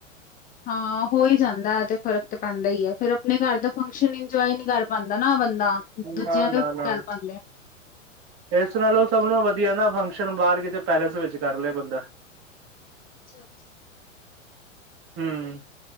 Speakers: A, on the left (about 20°); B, on the right (about 35°).
A: ਹਾਂ ਹੋ, ਹੀ ਜਾਂਦਾ ਤੇ ਫ਼ਰਕ ਤਾਂ ਪੈਂਦਾ ਹੀ ਹੈ। ਫੇਰ ਆਪਣੇ ਘਰ ਦਾ ਫੰਕਸ਼ਨ ਇੰਜੋਏ ਨਹੀਂ ਕਰ ਪਾਉਂਦਾ ਨਾ ਬੰਦਾ ਦੂਜਿਆਂ
B: ਨਾ ਨਾ
A: ਦੇ
B: ਨਾ
A: ਘਰ ਪਾਦੇ
B: ਇਸ ਨਾਲ ਉਹ ਸਭ ਨੂੰ ਵਧੀਆ ਨਾ ਫੰਕਸ਼ਨ ਬਾਹਰ ਕਿਤੇ ਪੈਲੇਸ ਵਿੱਚ ਕਰ ਲਿਆ ਬੰਦਾ
A: ਅੱਛਾ-ਅੱਛਾ
B: ਹੂੰ